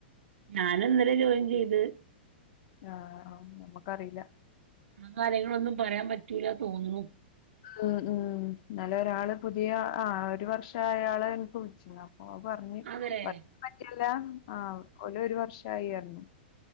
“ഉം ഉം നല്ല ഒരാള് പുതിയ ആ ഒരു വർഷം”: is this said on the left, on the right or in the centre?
Left